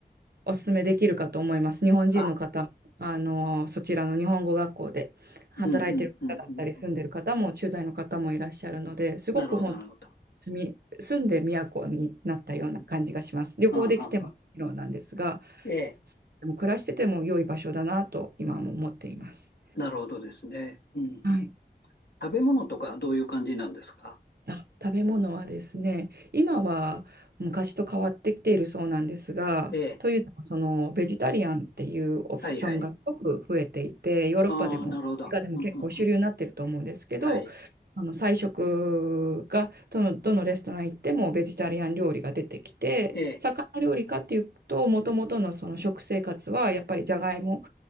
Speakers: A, on the right (about 70°); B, on the left (about 80°).
A: お勧めできるかと思います。日本人の方、
B: あ、
A: あの、そちらの日本語学校で働いてる方だったり、
B: うんうんうんうん。
A: 住んでる方も、駐在の方もいらっしゃるので、すごく本当に住み、
B: なるほど、なるほど。
A: 住んで都になったような感じがします。旅行できてももちろんなんですが、
B: ああ、ああええ。
A: でも暮らしてても良い場所だなと今も思っています。
B: なるほどですね。うんうん
A: はい
B: 食べ物とかどういう感じなんですか
A: あ、食べ物はですね、今は昔と変わってきているそうなんですが、
B: ええ。
A: というのもそのベジタリアンっていうオプションがすごく増えていて、
B: はいはい。
A: ヨーロッパでも、
B: ああ、なるほど。
A: アメリカでも結構主流になってると思うんですけど、
B: うんうんうん。はい。
A: あの菜食がどの、どのレストラン行ってもベジタリアン料理が出てきて、
B: ええ。
A: 魚料理かっていうと、もともとのその食生活はやっぱりじゃがいも